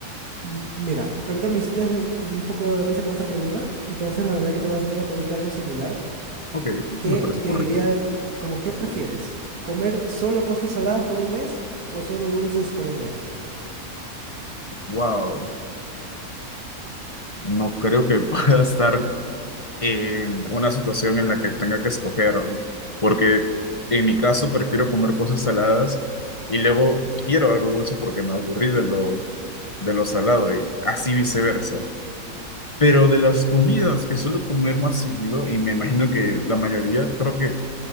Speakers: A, on the right; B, on the left.
A: Mm, Mira, ahorita me hiciste un poco de risa con esa pregunta. Entonces la verdad que te voy a hacer una pregunta algo similar
B: Ok,
A: que
B: me parece
A: te
B: correcto.
A: diría como ¿qué prefieres? ¿Comer solo cosas saladas por un mes o solo dulces por un mes?
B: Wow, no creo que <laughs> pueda estar en una situación en la que tenga que escoger, ¿no? porque en mi caso prefiero comer cosas saladas y luego quiero algo dulce porque me aburrí de lo, de lo salado y así viceversa. Pero de las comidas que suelo comer más seguido, y me imagino que la mayoría, creo que